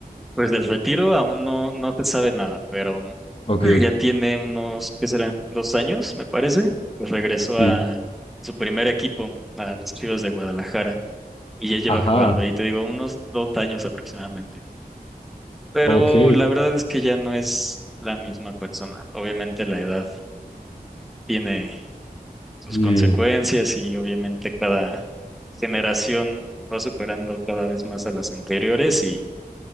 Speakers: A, in the centre; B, on the left.
A: Pues del retiro aún no, no se sabe nada, pero <clears throat> mm,
B: Ok,
A: ya tiene unos, ¿qué serán? Dos años, me parece. Pues regresó
B: sí.
A: a su primer equipo, a los Chivas de Guadalajara, y ya lleva
B: Ajá,
A: jugando ahí, te digo, unos dos años aproximadamente. pero
B: ok.
A: la verdad es que ya no es la misma persona. Obviamente la edad tiene sus
B: Y
A: consecuencias y obviamente cada generación va superando cada vez más a las anteriores y